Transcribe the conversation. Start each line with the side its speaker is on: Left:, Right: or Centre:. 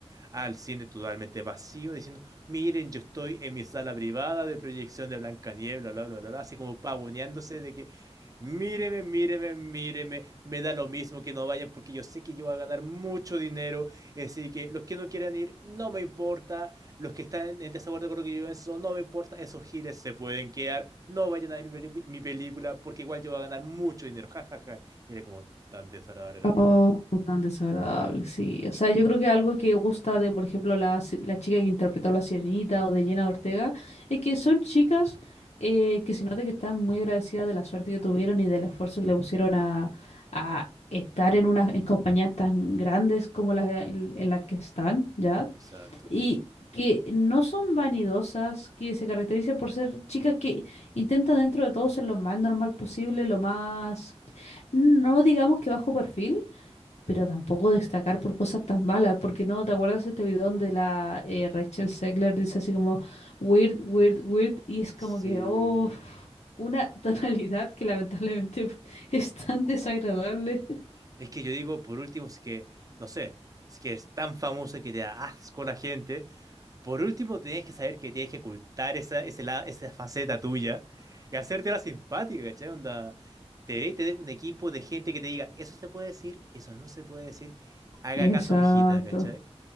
Right: al cine totalmente vacío, diciendo, miren, yo estoy en mi sala privada de proyección de Blancanieves, bla, bla, bla, bla, bla", así como pavoneándose de que, míreme, míreme, míreme, me da lo mismo que no vayan porque yo sé que yo voy a ganar mucho dinero, así que los que no quieran ir, no me importa, los que están en en desacuerdo con lo que yo pienso, no me importa, esos giles se pueden quedar, no vayan a ver mi, pelicu- mi película porque igual yo voy a ganar mucho dinero, jajaja. Y era como tan desagradable la tipa.
Left: Oh, no tan desagradable, sí. O sea, yo creo que algo que gusta de, por ejemplo, la, si- la chica que interpretó a La Sirenita o de Jenna Ortega, es que son chicas eh, que se nota que están muy agradecidas de la suerte que tuvieron y del esfuerzo que le pusieron a, a estar en unas en compañías tan grandes como la, en, en las que están, ¿ya?
Right: Exacto.
Left: Y que no son vanidosas, que se caracterizan por ser chicas que intentan dentro de todo ser lo más normal posible, lo más, no digamos que bajo perfil pero tampoco destacar por cosas tan malas, porque no, ¿te acuerdas este video donde la eh, Rachel Zegler dice así como weird, weird, weird? Y es como
Right: Sí.
Left: que, oh, una <laughs> tonalidad que lamentablemente <laughs> es tan desagradable.
Right: Es que yo digo, por último, si es que, no sé, si es que es tan famoso que te da asco la gente. Por último, tienes que saber que tienes que ocultar esa, ese la- esa faceta tuya y hacértela simpática, ¿cachai? Onda, deberías tener un equipo de gente que te diga, eso se puede decir, eso no se puede decir, haga
Left: Exacto.
Right: caso, mijita, ¿cachai?